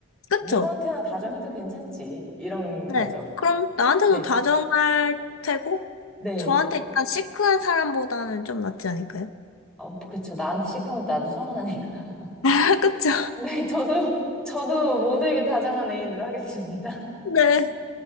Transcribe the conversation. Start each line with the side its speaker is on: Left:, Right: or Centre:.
Left: 그쵸?
Centre: 누구한테나 다정해도 괜찮지. 이런
Left: 네.
Centre: 거죠.
Left: 그럼 나한테도
Centre: 네.
Left: 다정할 테고
Centre: 네.
Left: 저한테 일단 시크한 사람보다는 좀 낫지 않을까요?
Centre: 어, 그쵸. 나한테 시하면 나도 서운하니까.
Left: <laughs> 그쵸?
Centre: <laughs> 네, 저도, 저도 모두에게 다정한 애인으로 하겠습니다.
Left: 네.